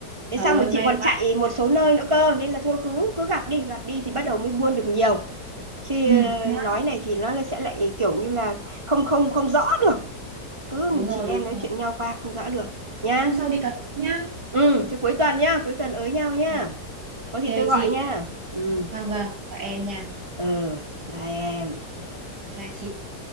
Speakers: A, on the right (about 20°); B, on the right (about 85°).
A: thế
B: trời
A: xong
B: ơi
A: rồi
B: may
A: chị còn
B: quá
A: chạy một số nơi nữa cơ nên là thôi cứ cứ gặp đi gặp đi thì bắt đầu mới buôn được nhiều chứ
B: ừ
A: ờ,
B: nhá
A: nói này thì nó sẽ lại kiểu như là không không không rõ được cứ
B: đúng rồi
A: chị em
B: đúng
A: nói
B: rồi
A: chuyện nhau qua không rõ được nhá
B: hôm sau đi cà phê nhá
A: Ừ, thế cuối tuần nhá, cuối tuần ới nhau nhá.
B: Ừ,
A: Có gì
B: ok
A: tôi gọi
B: chị
A: nha. Ừ,
B: vâng vâng và em nha
A: ờ, bye em.
B: bye bye chị